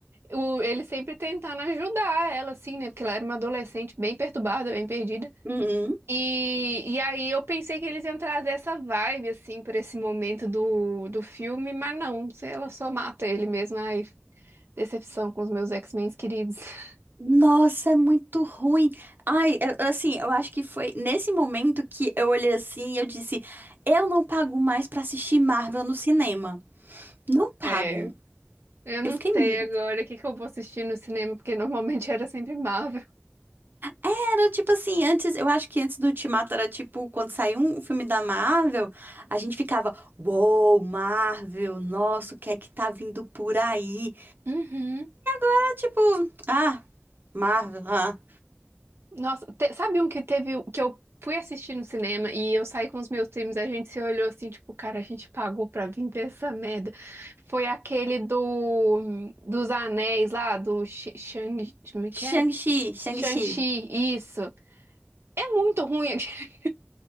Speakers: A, on the right (about 80°); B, on the right (about 55°).
A: o- ele sempre tentando ajudar ela, assim, né? Porque ela era uma adolescente bem perturbada, bem perdida.
B: Uhum.
A: E, e aí eu pensei que eles iam trazer essa vibe, assim, pra esse momento do, do filme, mas não, ela só mata ele mesmo. Decepção com os meus X-Men queridos. <laughs>
B: Nossa, é muito ruim. Ai, eu- eu, assim, eu acho que foi nesse momento que eu olhei assim e eu disse: eu não pago mais pra assistir Marvel no cinema. Não pago.
A: É, eu
B: Eu
A: não
B: fiquei. mu-
A: sei agora o que que eu vou assistir no cinema, porque normalmente era sempre Marvel.
B: Era tipo assim, antes, eu acho que antes do Ultimato era tipo, quando saiu um filme da Marvel, a gente ficava: Uou, Marvel, nossa, o que é que tá vindo por aí?
A: Uhum.
B: É tipo, ah, Marvel, ah.
A: Nossa, te- sabe um que teve, que eu fui assistir no cinema e eu saí com os meus times, a gente se olhou assim, tipo, cara, a gente pagou pra vir ver essa merda. Foi aquele do, dos anéis lá, do Shi- Shang, como é que
B: Shang-Chi,
A: é?
B: Shang-Chi.
A: Shang-Chi, isso. É muito ruim. <laughs>